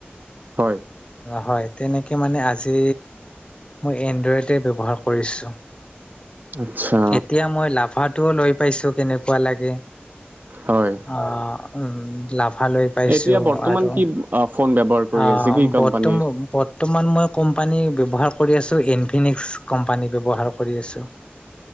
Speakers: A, on the right (about 50°); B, on the left (about 25°).
A: হয়।
B: হয় তেনেকে মানে আজি মই এনড্ৰইডে ব্যৱহাৰ কৰিছোঁ।
A: আচ্ছা
B: এতিয়া মই লাভাটোও লৈ পাইছোঁ কেনেকুৱা লাগে,
A: হয়
B: আহ উম লা ভা লৈ পাইছোঁ
A: এতিয়া বৰ্তমান
B: আৰু
A: কি আ, ফোন ব্যৱহাৰ কৰি
B: আহ
A: আছে কি কোম্পানীৰ
B: বৰ্ত বৰ্তমান মই কোম্পানী ব্যৱহাৰ কৰি আছোঁ ইনফিনিক্স কোম্পানী ব্যৱহাৰ কৰি আছোঁ।